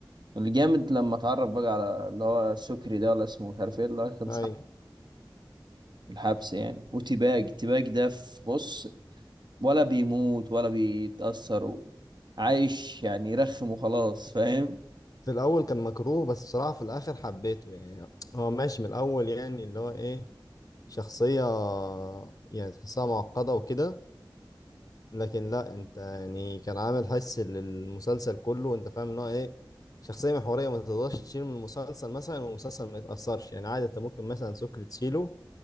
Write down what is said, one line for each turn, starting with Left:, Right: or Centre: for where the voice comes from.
Right: الجامد لما اتعرف بقى على اللي هو السكري ده ولا اسمه مش عارف ايه اللي هو كان
Left: اي
Right: صاحب الحبس يعني وتباج تباج ده في بص ولا بيموت ولا بيتأثر عايش يعني يرخم وخلاص فاهم
Left: في الاول كان مكروه بس بصراحه في الاخر حبيته يعني هو ماشي من الاول يعني اللي هو ايه شخصيه يعني تحسها معقده وكده لكن لا انت يعني كان عامل حس للمسلسل كله وانت فاهم ان هو ايه شخصيه محوريه ما تقدرش تشيل من المسلسل مثلا والمسلسل ما يتاثرش يعني عادي انت ممكن مثلا سكر تشيله